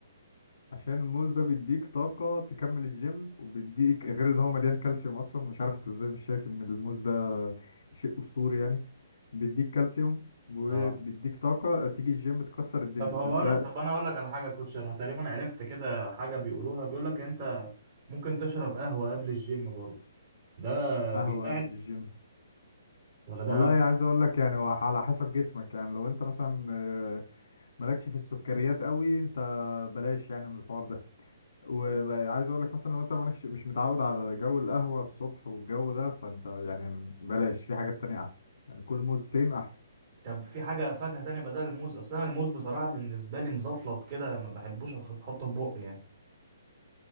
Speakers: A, on the left (about 65°); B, on the right (about 35°).
A: عشان الموز ده بيديك طاقة تكمل الجيم وبيديك غير ان هو مليان كالسيوم اصلا مش عارف انت ازاي مش شايف ان الموز ده شيء اسطوري يعني بيديك كالسيوم وبيديك
B: اه
A: طاقة تيجي الجيم تكسر الدنيا
B: طب هو
A: ت- ده
B: انا طب انا اقول لك على حاجه يا كوتش انا تقريبا عرفت كده حاجه بيقولوها بيقول لك انت ممكن تشرب قهوه قبل الجيم برضه ده
A: قهوة
B: بيساعد
A: قبل الجيم
B: ولا ده
A: والله عايز اقول لك يعني هو على حسب جسمك يعني لو انت مثلا آه، مالكش في السكريات قوي انت بلاش يعني من الحوار ده وعايز اقول لك مثلا لو انت مالكش مش متعود على جو القهوة الصبح والجو ده فانت يعني بلاش في حاجات تانية احسن يعني كل موزتين احسن
B: طب في حاجة فاكهة تانية بدل الموز أصل أنا الموز بصراحة بالنسبة لي مزفلط كده ما بحبوش أخ- أحطه في بقي يعني